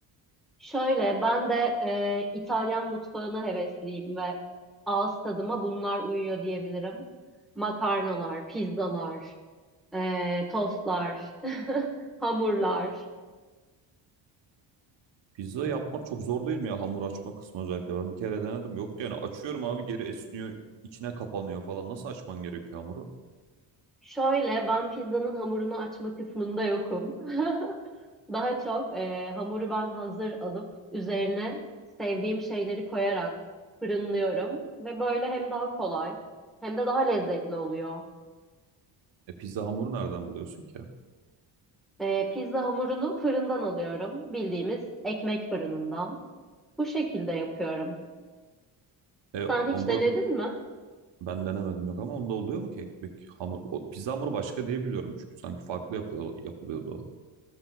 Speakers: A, in the centre; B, on the right.
A: Şöyle ben de e, İtalyan mutfağına hevesliyim ve ağız tadıma bunlar uyuyor diyebilirim. Makarnalar, pizzalar, e, tostlar, <laughs> hamurlar.
B: Pizza yapmak çok zor değil mi ya hamur açma kısmı özellikle? Ben bir kere denedim. Yok yani açıyorum abi geri esniyor, içine kapanıyor falan. Nasıl açman gerekiyor hamuru?
A: Şöyle ben pizzanın hamurunu açma kısmında yokum. <laughs> Daha çok e, hamuru ben hazır alıp üzerine sevdiğim şeyleri koyarak fırınlıyorum ve böyle hem daha kolay hem de daha lezzetli oluyor.
B: E pizza hamuru nereden buluyorsun ki?
A: Ee, pizza hamurunu fırından alıyorum. Bildiğimiz ekmek fırınından. Bu şekilde yapıyorum.
B: E
A: Sen hiç
B: onda
A: denedin mi?
B: ben denemedim yok ama onda oluyor mu ki ekmek hamur? O, pizza hamuru başka diye biliyorum çünkü sanki farklı yapıyor, yapılıyordu o.